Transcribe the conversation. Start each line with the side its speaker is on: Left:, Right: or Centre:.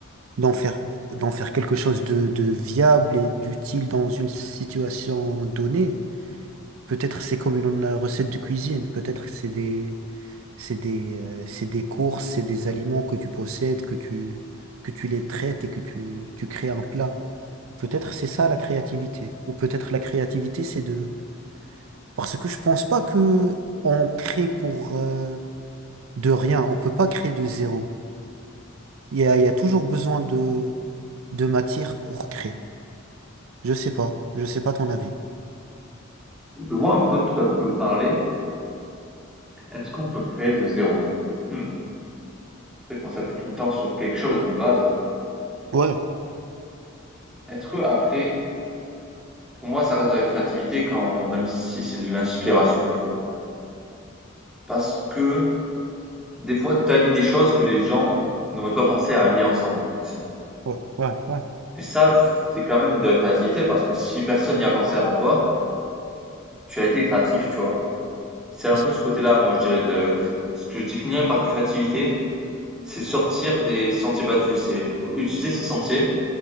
Right: d'en faire, d'en faire quelque chose de, de viable et d'utile dans une situation donnée? Peut-être c'est comme une euh, recette de cuisine, peut-être c'est des, c'est des, euh, c'est des courses, c'est des aliments que tu possèdes, que tu, que tu les traites et que tu, tu crées un plat. Peut-être c'est ça la créativité. Ou peut-être la créativité c'est de... Parce que je pense pas que on crée pour euh, de rien, on peut pas créer de zéro. Il y a, il y a toujours besoin de, de matière pour créer. Je sais pas, je sais pas ton avis.
Centre: Je vois un peu de quoi tu veux parler. Est-ce qu'on peut créer de zéro Mmh, après qu'on s'appuie tout le temps sur quelque chose, une base.
Right: Ouais,
Centre: Est-ce que après, pour moi, ça reste de la créativité quand même si c'est de l'inspiration des fois. Parce que des fois tu allies des choses que les gens n'auraient pas pensé à allier ensemble aussi.
Right: ouais, ouais, ouais,
Centre: Et ça, c'est quand même de la créativité parce que si personne n'y a pensé avant toi, tu as été créatif, tu vois? C'est un
Right: c'est
Centre: peu
Right: ça.
Centre: ce côté-là, moi, je dirais de la ce que je définirais par créativité, c'est sortir des sentiers battus, c'est utiliser ces sentiers,